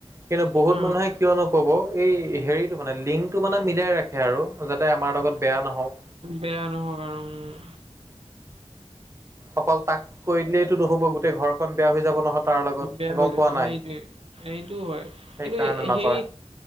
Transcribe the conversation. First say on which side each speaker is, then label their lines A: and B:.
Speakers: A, on the right; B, on the right.
A: কিন্তু বহুত
B: অ',
A: মানুহে কিয় নক'ব এই হেৰিটো মানে লিংকটো মানে মিলাই ৰাখ খে আৰু যাতে আমাৰ লগত বেয়া নহওঁক।
B: বেয়া নহওঁক আৰু উম।
A: অকল তাক কৰি দিলেইটো নহ'ব গোটেই ঘৰখন বেয়া হৈ যাব নহয় তাৰ লগত
B: উম, বেয়া হৈ
A: গম
B: যায়,
A: পোৱা
B: সেইটোৱে।
A: নাই।
B: সেইটো হয়
A: সেইকাৰণে
B: কিন্তু
A: নকৰে
B: হেৰি